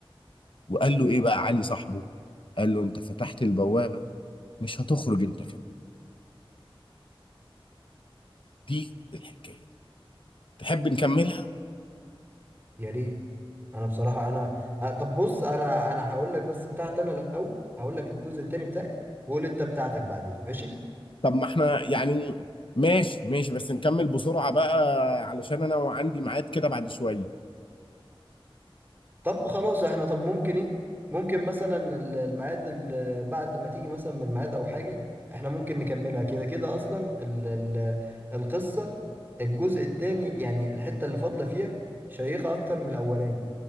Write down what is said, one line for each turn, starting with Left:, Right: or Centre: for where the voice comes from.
Left: وقال له ايه بقى علي صاحبه قال له انت فتحت البوابه مش هتخرج انت كمان دي الحكايه تحب نكملها
Right: يا ريت انا بصراحه انا أ- طب بص انا انا هقول لك بس بتاعتي انا الاول هقول لك الجزء التاني بتاعي وقول انت بتاعتك بعدين ماشي
Left: طب ما احنا يعني ماشي ماشي بس نكمل بسرعه بقى علشان انا عندي ميعاد كده بعد شويه
Right: طب خلاص احنا طب ممكن ايه ممكن مثلا ال- الميعاد ال- بعد ما تيجي مثلا من الميعاد او حاجه احنا ممكن نكملها كده كده اصلا ال ال القصه الجزء التاني يعني الحته اللي فاضله فيها شيقه اكتر من الاولاني